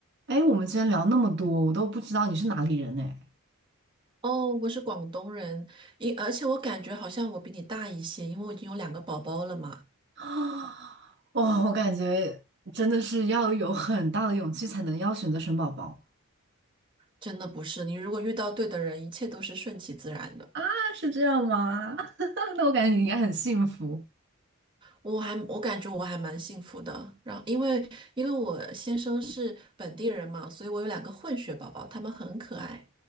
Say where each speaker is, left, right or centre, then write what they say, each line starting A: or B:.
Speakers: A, on the right; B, on the right.
A: 哎，我们今天聊那么多，我都不知道你是哪里人哎。
B: 哦，我是广东人，因而且我感觉好像我比你大一些，因为我已经有两个宝宝了嘛。
A: 啊，哇，我感觉真的是要有很大的勇气才能要选择生宝宝。
B: 真的不是，你如果遇到对的人，一切都是顺其自然的。
A: 啊，是这样吗？<laughs> 那我感觉你应该很幸福。
B: 我还我感觉我还蛮幸福的。然后因为因为我先生是本地人嘛，所以我有两个混血宝宝，他们很可爱。